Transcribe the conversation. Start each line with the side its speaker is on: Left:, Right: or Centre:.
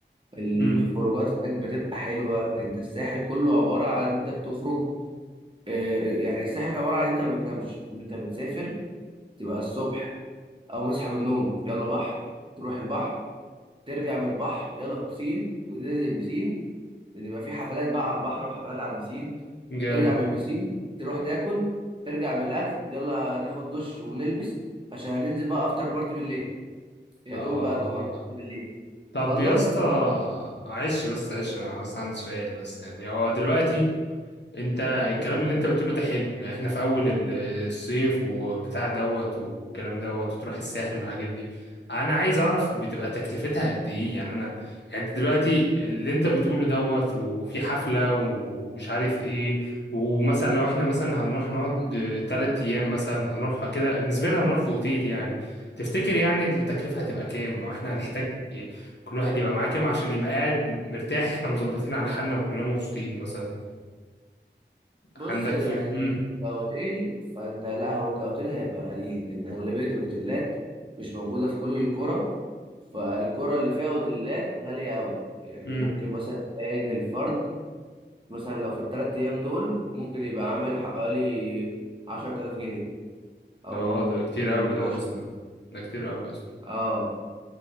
Right: الخروجات
Left: امم
Right: هناك بتبقى حلوة انت الساحل كله عبارة عن انت بتخرج آه، يعني الساحل عبارة عن انت ما بتنامش انت بتسافر تبقى الصبح او مصحى من النوم يلا بحر تروح البحر ترجع من البحر يلا بسين تنزل بسين لان يبقى في حفلات بقى على البحر وحفلات على البسين
Left: جامد
Right: ترجع من البسين تروح تاكل ترجع من الاكل يلا ناخد دش ونلبس عشان هننزل بقى افتر بارتي بالليل يا
Left: اه
Right: دوب بقى تقوم رايح تاكل بالليل
Left: طب
Right: تخلص
Left: يا اسطى عيش بس عيش انا بس عندي سؤال بس يعني هو دلوقتي انت الكلام
Right: إيه.
Left: اللي انت بتقوله ده حلو يعني احنا في اول ال- الصيف وبتاع دوت والكلام دوت وتروح الساحل والحاجات دي انا عايز اعرف بتبقى تكلفتها قد ايه يعني انا يعني انت دلوقتي اللي انت بتقوله دوت وفي حفلة ومش عارف ايه ومثلا لو احنا مثلا هنروح نقعد
Right: مم.
Left: تلات ايام مثلا هنروح كده نسبيا هنروح في اوتيل يعني تفتكر يعني التكلفة هتبقى كام او احنا هنحتاج كل واحد يبقى معاه كام عشان يبقى قاعد مرتاح احنا مظبطين على حالنا وكلنا مبسوطين مثلا
Right: بص
Left: عندك
Right: يعني
Left: فكرة امم
Right: كاوتيل فانت لا هو كاوتيل هيبقى غاليين لان اغلبيه الاوتيلات مش موجوده في كل القرى فالقرى اللي فيها اوتيلات غاليه قوي يعني
Left: امم
Right: ممكن مثلا تلاقي ان الفرد مثلا لو في الثلاث ايام دول ممكن يبقى عامل حوالي 10000 جنيه او
Left: اه ده كتير
Right: 12
Left: قوي ده يا اسطى ده كتير قوي يا اسطى
Right: اه